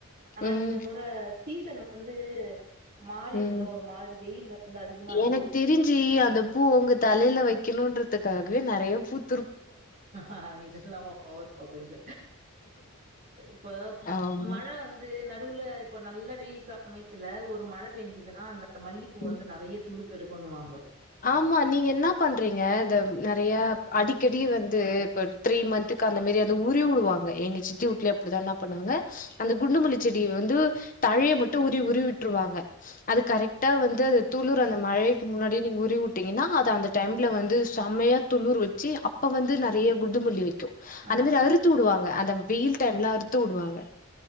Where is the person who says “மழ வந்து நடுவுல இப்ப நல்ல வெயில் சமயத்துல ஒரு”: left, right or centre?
Right